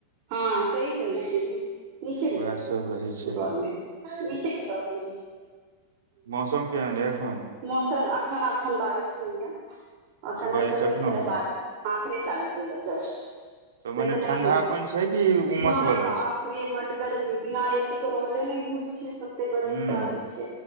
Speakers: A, on the right (about 45°); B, on the right (about 65°).
A: हँ सही कहै छियै नीचे में
B: उएह सब रहै छै
A: डॉल में, नीचे के कॉल में।
B: मौसम केहन अइ एखन?
A: मौसन अखन अखन बारिश होईए। अखन
B: अच्छा बारिश
A: तक तऽ नहि
B: एखनो
A: छलै
B: होइया
A: बरिष ह अखने चालू गेल जस्ट
B: तऽ
A: नहि
B: मने
A: तऽ नहि
B: ठंडापन
A: होइ
B: छै? कि उमस
A: नहि,
B: वाला
A: बाप
B: छै
A: रे! बड़ गर्मी छै, बिना एसी के रहले नहि होल छै, ततेक गर्मी
B: हूं
A: लागै। छै।